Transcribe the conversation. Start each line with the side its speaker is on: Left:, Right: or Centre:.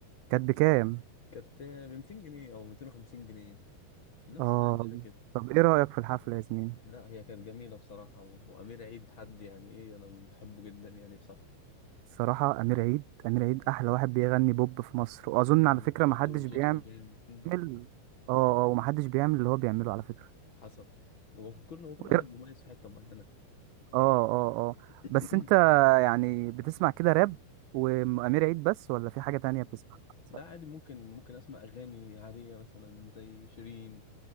Right: كانت بكام؟
Left: كانت ب 200 جنيه او 250 جنيه في نفس
Right: آه
Left: الرينج ده كده
Right: طب إيه رأيك في الحفلة يا زميلي؟
Left: لا هي كانت جميلة بصراحة وأمير عيد حد يعني إيه أنا بحبه جدا يعني بصراحة
Right: الصراحة أمير عيد أمير عيد أحلى واحد بيغني بوب في مصر وأظن
Left: مم،
Right: على فكرة
Left: صوته
Right: محدش بيعمل
Left: صوته جامد مم.
Right: بيعمل اه اه ومحدش بيعمل اللي هو بيعمله على فكرة
Left: حسب هو كل هو كل
Right: وإيه-
Left: واحد مميز في حتة معينة
Right: اه اه اه
Left: <coughs>
Right: بس انت يعني بتسمع كده راب وأمير عيد بس ولا في حاجة تانية بتسمعها مثلا؟
Left: لا عادي ممكن ممكن أسمع أغاني عادية مثلا زي شيرين